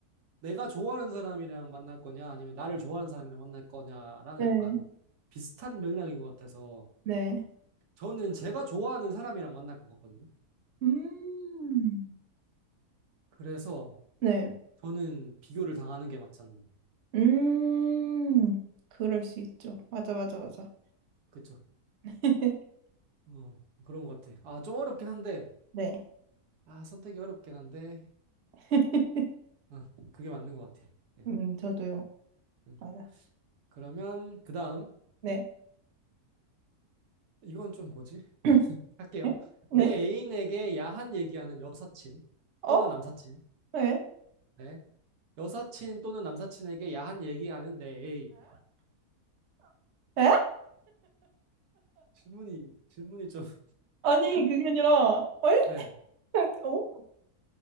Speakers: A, on the right (about 85°); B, on the right (about 55°).
A: 내가 좋아하는 사람이랑 만날 거냐, 아니면 나를 좋아하는 사람이랑 만날 거냐랑
B: 네.
A: 약간 비슷한 맥락인 것 같아서
B: 네.
A: 저는 제가 좋아하는 사람이랑 만날 것 같거든요.
B: 음.
A: 그래서
B: 네.
A: 저는 비교를 당하는 게 맞지 않나.
B: 음. 그럴 수 있죠. 맞아, 맞아, 맞아.
A: 그쵸.
B: <laughs>
A: 어, 그런 것 같아. 아, 좀 어렵긴 한데,
B: 네.
A: 아, 선택이 어렵긴 한데,
B: <laughs>
A: 어, 그게 맞는 것 같아. 예.
B: 음, 저도요.
A: 음.
B: 맞아.
A: 그러면, 그 다음,
B: 네.
A: 이건 좀 뭐지?
B: <clears throat>
A: 할게요.
B: 네? 네?
A: 내 애인에게 야한 얘기하는 여사친
B: 어?
A: 또는 남사친.
B: 네.
A: 네. 여사친 또는 남사친에게 야한 얘기하는 내 애인.
B: 에? 에?
A: 질문이, 질문이 좀, <laughs>
B: 아니, 그게 아니라, 에?
A: 네.
B: <laughs> 어?